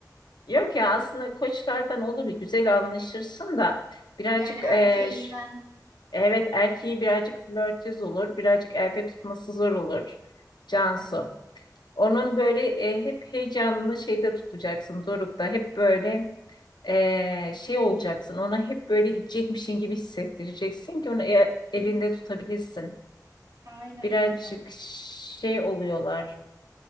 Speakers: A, on the left; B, on the right.
A: Yok ya aslında koçlardan olur güzel anlaşırsın da birazcık
B: Yani erkeğinden
A: e, ş- evet erkeği birazcık flörtöz olur birazcık elde tutması zor olur Cansu.
B: evet.
A: Onun böyle e, hep heyecanını şeyde tutacaksın Doruk'ta hep böyle e, şey olacaksın ona hep böyle gidecekmişin gibi hissettireceksin ki onu e- elinde
B: Hı hı.
A: tutabilirsin.
B: Aynen
A: Birazcık
B: öyle.
A: şey oluyorlar